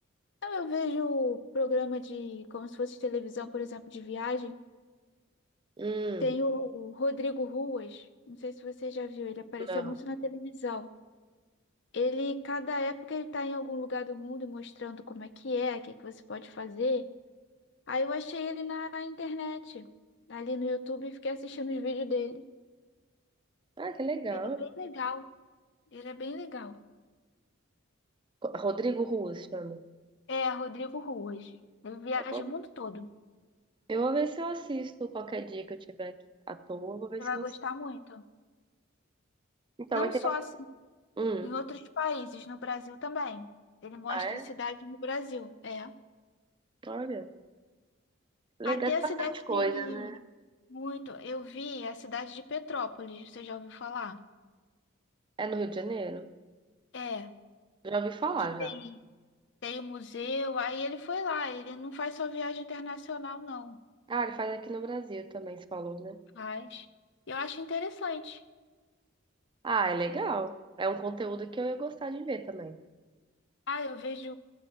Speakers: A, on the left; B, on the right.
A: Então, Eu vejo programa de, como se fosse televisão, por exemplo, de viagem,
B: Hum,
A: Tem o Rodrigo Ruas, não sei se você já viu, ele apareceu
B: não.
A: muito na televisão. Ele, cada época, ele está em algum lugar do mundo mostrando como é que é, o que que você pode fazer. Aí eu achei ele na internet, ali no YouTube, e fiquei assistindo os vídeos dele.
B: Ah, que legal.
A: Ele é bem legal, ele é bem legal.
B: Co- Rodrigo Ruas chama.
A: É, Rodrigo Ruas. Ele viaja
B: É bom
A: o mundo todo.
B: Eu vou ver se eu assisto qualquer dia que eu tiver aqui à toa. eu Vou ver
A: Você
B: se
A: vai
B: eu
A: gostar
B: assisto.
A: muito.
B: Então,
A: Não
B: vai ter
A: só
B: bastante.
A: assim,
B: Hum.
A: em outros países, no Brasil também. Ele mostra
B: Ah, é?
A: cidades no Brasil. É.
B: Olha. Legal,
A: Até
B: tem
A: a
B: bastante
A: cidade
B: coisa,
A: de...
B: né?
A: Muito. Eu vi a cidade de Petrópolis, você já ouviu falar?
B: É no Rio de Janeiro?
A: É,
B: Já ouvi falar,
A: que tem,
B: já.
A: tem o museu, aí ele foi lá, ele não faz só viagem internacional, não.
B: Ah, ele faz aqui no Brasil também, se falou, né?
A: Faz. Eu acho interessante.
B: Ah, é legal. É um conteúdo que eu ia gostar de ver também.
A: Ah, eu vejo,